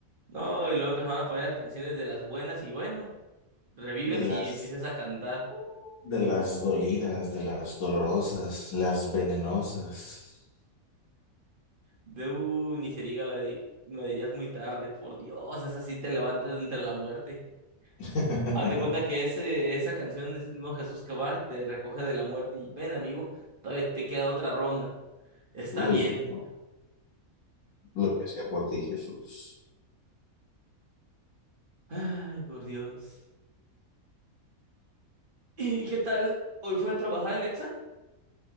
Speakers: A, on the right (about 40°); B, on the left (about 70°).
A: No, y luego empezaron a poner las canciones de las buenas y bueno, Revives
B: De las,
A: y empiezas a cantar. ¡Uh!
B: de las dolidas, de las dolorosas, las venenosas.
A: de uh, ni se diga la de la de ya es muy tarde, por Dios, esa sí te levantas de entre la muerte.
B: <laughs>
A: Hazte cuenta que ese, esa canción es el mismo Jesús que va, te recoge de la muerte y ven, amigo, todavía te queda otra ronda. Está
B: Uy,
A: bien.
B: no, lo que hacía por ti, Jesús.
A: Ay, por Dios. ¿Y qué tal? ¿Hoy fue a trabajar Alexa?